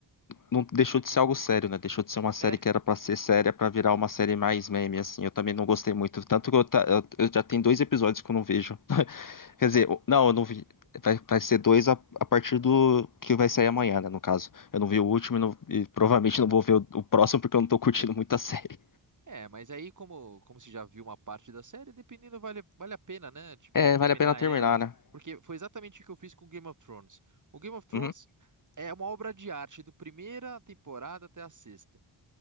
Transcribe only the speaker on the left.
não deixou de ser algo sério, né? Deixou de ser uma série
que era pra ser séria pra virar uma série mais meme, assim. Eu também não gostei muito. Tanto que eu, ta- eu- eu já tenho dois episódios que eu não vejo. <laughs> Quer dizer, eu- não, eu não vi. Vai, vai ser dois a, a partir do que vai sair amanhã, né? No caso. Eu não vi o último e, não- e provavelmente não vou ver o, o próximo porque eu não tô curtindo muito a série.
É,
vale a pena terminar,
né?
Uhum.